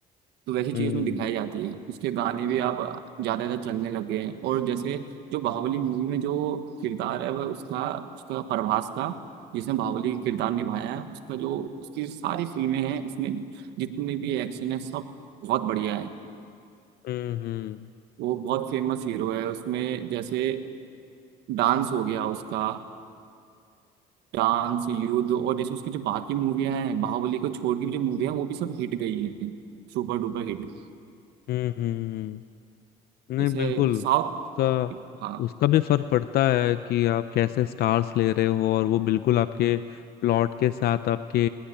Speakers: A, on the right; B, on the left.
A: तो वैसी चीज
B: हम्म
A: उसमें दिखाई जाती है उसके गाने भी आप ज्यादा ज्यादा चलने लग गए हैं और जैसे जो बाहुबली मूवी में जो किरदार है वह उसका उसका प्रभास का जिसने बाहुबली किरदार निभाया है उसका जो उसकी सारी फिल्में हैं उसमें जितने भी एक्शन है सब बहुत बढ़िया है
B: हम्म हम्म
A: वो बहुत फेमस हीरो है उसमें जैसे डांस हो गया उसका डांस युद्ध और जैसे उसकी जो बाकी मूवियां हैं बाहुबली को छोड़ के भी जो मूवियां हैं वो भी सब हिट गई हैं सुपर डुपर हिट
B: हम्म, हम्म, नहीं
A: जैसे
B: बिल्कुल
A: साउथ
B: उसका
A: हाँ
B: उसका भी फर्क पड़ता है कि आप कैसे स्टार्स ले रहे हो और वो बिल्कुल आपके प्लॉट के साथ आपके